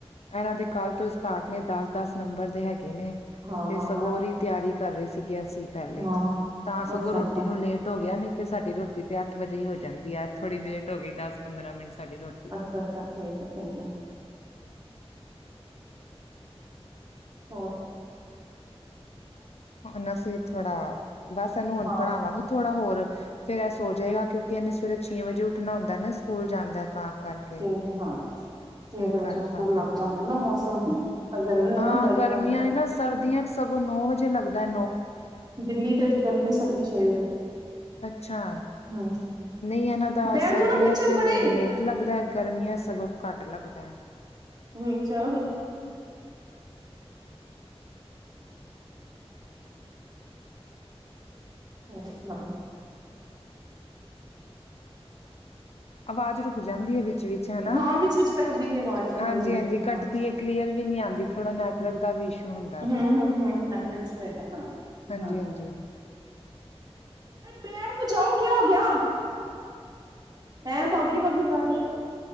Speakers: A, on the left; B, on the right.
A: ਇਹਨਾਂ ਦੇ ਕੱਲ੍ਹ ਤੋਂ ਸਟਾਰਟ ਨੇ ਦਸ -ਦਸ ਨੰਬਰ ਦੇ ਹੈਗੇ। ਗਣੇ
B: ਹਾਂ
A: ਤੇ
B: ਹਾਂ
A: ਸਰੋ
B: ਹਾਂ
A: ਦਿ ਤਿਆਰੀ ਕਰ ਰਹੇ ਸੀਗੇ ਅਸੀਂ ਪਹਿਲੇ।
B: ਹਾਂ
A: ਤਾਂ ਸਗੋਂ
B: ਅੱਛਾ
A: ਰੋਟੀ
B: ਅੱਛਾ
A: ਨੂੰ ਲੇਟ ਹੋ ਗਿਆ ਨੀ ਤੇ ਸਾਡੀ ਰੋਟੀ ਤੇ ਅੱਠ ਵਜੇ ਹੀ ਹੋ ਜਾਂਦੀ ਆ ਅੱਠ ਥੋੜ੍ਹੀ ਲੇਟ ਹੋ ਗਈ ਦਸ ਪੰਦਰਾ ਮਿੰਟ ਸਾਡੀ ਰੋਟੀ।
B: ਅੱਛਾ-ਅੱਛਾ, ਠੀਕ ਹੈ ਠੀਕ ਹੈ। ਹੋਰ।
A: ਹੁਣ ਅਸੀਂ ਥੋੜਾ ਬਸ ਇਹਨੂੰ ਹੁਣ
B: ਹਾਂ
A: ਪੜ੍ਹਾਵਾਂਗੀ ਥੋੜਾ ਹੋਰ। ਫੇਰ ਐ ਸੋ ਜਾਏਗਾ ਕਿਉਂਕਿ ਇਹਨੇ ਸਵੇਰੇ ਛੇ ਵਜੇ ਉੱਠਣਾ ਹੁੰਦਾ ਨਾ ਸਕੂਲ ਜਾਂਦਾ ਤਾਂ ਕਰਕੇ।
B: ਤੀ ਜੇ ਹਾਂ। ਇਹਦੇ
A: ਠੀਕ
B: ਬਚਿਆ
A: ਕਰ
B: ਦੇ ਸਕੂਲ
A: ਤਾਂ ਕਰਕੇ
B: ਲਗ ਜਾਂਦੇ ਨੇ ਮੌਸਮ ਗਰਮੀ ਏ
A: ਹਾਂ
B: ਨਾ ਗਰਮੀ
A: ਗਰਮੀਆਂ
B: ਕਰਕੇ।
A: ਨੇ ਨਾ ਸਰਦੀਆਂ ਚ ਸਗੋ ਨੌ ਵਜੇ ਲੱਗਦਾ ਹੈ।
B: ਦਿੱਲੀ, ਤੇ ਗਰਮੀ ਸਰਦੀ ਛੇ ਵਜੇ।
A: ਅੱਛਾ,
B: ਹਮ
A: ਨਈ ਇਹਨਾਂ ਦਾ
B: ਬੈਠ
A: ਸਰਦੀਆਂ
B: ਜਾਣਾ ਫਿਰ
A: ਚ
B: ਚੱਲ
A: ਤੇ
B: ਪੜੇ
A: ਲੇਟ। ਲੱਗਦਾ ਸ਼ੈਕੇ ਗਰਮੀਆਂ ਸਗੋ ਘੱਟ ਲੱਗਦਾ।
B: ਹੁਣ, ਚਲ। ਹੋਰ ਸੁਣਾਓ?
A: ਆਵਾਜ਼ ਰੁਕ ਜਾਂਦੀ ਹੈ ਵਿੱਚ- ਵਿਚ ਹਨਾ।
B: ਹਾਂ ਵਿੱਚ ਵਿੱਚ ਕੱਟਦੀ ਵੀ ਆਵਾਜ਼ ਕੱਟਦੀ
A: ਹਾਂਜੀ-
B: ਵੀ ਵਿੱਚ
A: ਹਾਂਜੀ ਕੱਟਦੀ
B: ਹਾਂ
A: ਹੈ। ਕਲੀਅਰ ਵੀ ਨੀ ਆਂਉਦੀ। ਥੋੜਾ ਨੈਵਰਕ ਦਾ ਵੀ ਇਸ਼ੂ। ਹੁੰਦਾ
B: ਹੂੰ-
A: ਵੇ
B: ਹੂੰ, ਹੂੰ ਨੈਟਵਰਕ ਹੈਗਾ ਹਾਂ -ਹਾਂ
A: ਹਾਂਜੀ ਹਾਂਜੀ
B: ਆ। ਬੈਠ ਤੋਂ ਜਾਓ ਕਿਆ ਹੋ ਗਿਆ।
A: ਹਾਂ <inaudible>
B: ਹੈਂ ਬਗੀ-ਬਗੀ ਜਾ ਰਹੀ।